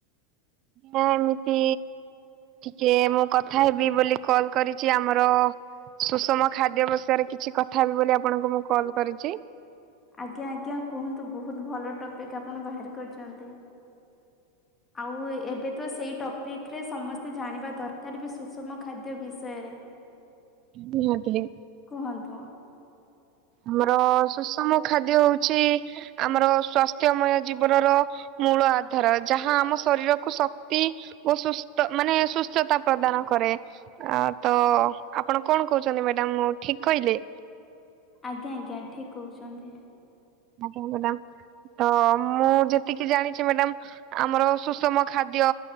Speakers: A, on the right (about 45°); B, on the left (about 20°).
A: ନାଁ ଏମିତି ଟିକେ ମୁଁ କଥା ହେବି ବୋଲି କଲ୍ କରିଛି ଆମର ସୁଷମ ଖାଦ୍ୟ ବିଷୟରେ କିଛି କଥା ହେବି ବୋଲି ଆପଣଙ୍କୁ ମୁଁ କଲ କରିଛି।
B: ଆଜ୍ଞା ଆଜ୍ଞା କୁହନ୍ତୁ ବହୁତ଼ ଭଲ ଟପିକ୍ ଆପଣ ବାହାର କରିଛନ୍ତି। ଆଉ ଏବେ ତ ସେଇ ଟପ୍ ପିକ୍ରେ ସମସ୍ତେ ଜାଣିବା ଦରକାର ବି ସୁଷମ ଖାଦ୍ୟ ବିଷୟରେ।
A: ନିହାତି।
B: କୁହନ୍ତୁ?
A: ଆମର ସୁଷମ ଖାଦ୍ୟ ହଉଛି ଆମର ସ୍ଵସ୍ଥ୍ୟମୟ ଜୀବନର ମୂଳ ଆଧାର ଯାହା ଆମ ଶରୀରକୁ ଶକ୍ତି ଓ ସୁସ୍ଥ ମାନେ ସୁସ୍ଥତା ପ୍ରଦାନ କରେ। ଆ ତ ଆପଣ କଣ କହୁଛନ୍ତି ମ୍ୟାଡ଼ାମ୍ ମୁଁ ଠିକ କହିଲି?
B: ଆଜ୍ଞା ଆଜ୍ଞା ଠିକ୍ କହୁଛନ୍ତି।
A: ଆଜ୍ଞା ମାଡ଼ାମ୍ ତ ମୁଁ ଯେତିକି ଜାଣିଛି ମ୍ୟାଡ଼ାମ୍ ଆମର ସୁଷମ ଖାଦ୍ୟ